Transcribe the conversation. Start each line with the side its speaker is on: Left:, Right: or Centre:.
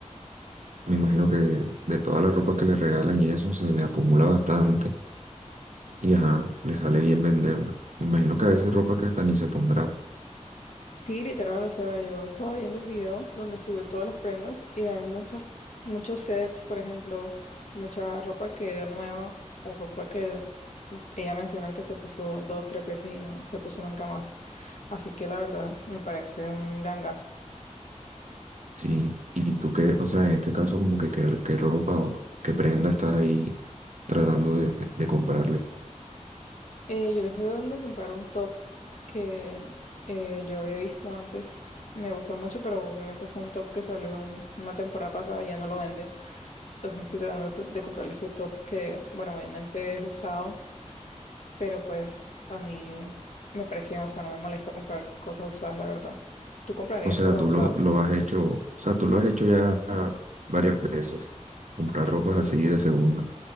Right: Me imagino que de toda la ropa que le regalan y eso se le acumula bastante. Y ajá, le sale bien venderla. Me imagino que a veces ropa que hasta ni se pondrá.
Left: Sí, literal, o sea, yo estaba viendo el video donde subió todas las prendas y hay muchas, muchos sets, por ejemplo, mucha ropa que era nueva o ropa que ella menciona que se puso dos, tres veces y no se puso nunca más. Así que la verdad, me parece un gangazo.
Right: Sí, y tú qué, o sea, en este caso como que qué, qué ropa o qué prenda estás ahí tratando de, de comprarle.
Left: Eh, yo le estoy dando de comprar un top que eh, yo había visto antes. Me gusta mucho, pero obviamente fue un top que salió un- una temporada pasada y ya no lo venden. Entonces estoy tratando to- de comprarle ese top que, bueno, obviamente es usado, pero pues a mí me parece, o sea, no me molesta comprar cosas usadas, la verdad. ¿Tú comprarías
Right: O sea,
Left: cosas
Right: tú
Left: usadas?
Right: lo, lo has hecho, o sea, tú lo has hecho ya varias veces, comprar
Left: Sí,
Right: ropas así de segunda.